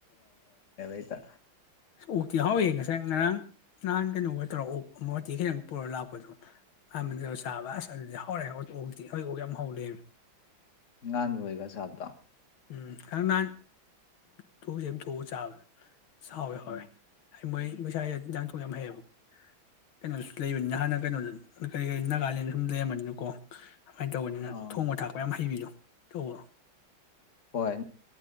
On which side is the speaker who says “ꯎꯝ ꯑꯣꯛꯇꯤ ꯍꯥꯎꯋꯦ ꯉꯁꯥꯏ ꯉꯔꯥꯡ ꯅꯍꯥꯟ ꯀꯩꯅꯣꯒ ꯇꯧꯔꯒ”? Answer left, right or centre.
Left